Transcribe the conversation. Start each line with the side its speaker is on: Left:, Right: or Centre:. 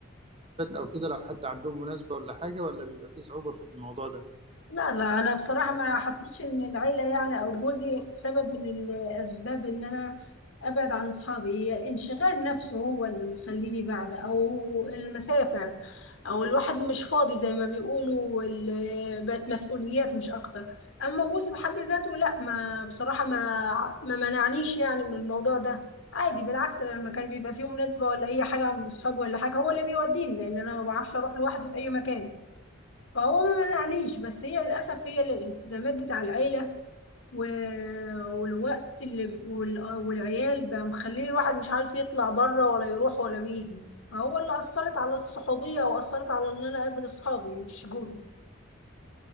Right: او كده لو حد عندهم مناسبة ولا حاجة ولا بيبقى فيه صعوبة في الموضوع ده
Left: لا لا انا بصراحه ما حسيتش ان العيله يعني او جوزي سبب من الاسباب ان انا ابعد عن اصحابي هي الانشغال نفسه هو اللي مخليني بعد او المسافه او الواحد مش فاضي زي ما بيقولوا ال- بقت مسؤوليات مش اكتر اما جوزي بحد ذاته لا ما بصراحه ما ما منعنيش يعني من الموضوع ده عادي بالعكس أنا لما كان بيبقى فيه مناسبه ولا هي حاجه عند اصحابي ولا حاجه هو اللي بيوديني لان انا ما بعرفش اروح لوحدي في اي مكان فهو ما منعنيش بس هي للأسف هي الالتزامات بتاع العيلة و... والوقت اللي وال... والعيال بقى مخليه الواحد مش عارف يطلع بره ولا يروح ولا يجي هو اللي أثرت على الصحوبية وأثرت على إن أنا أقابل أصحابي مش جوزي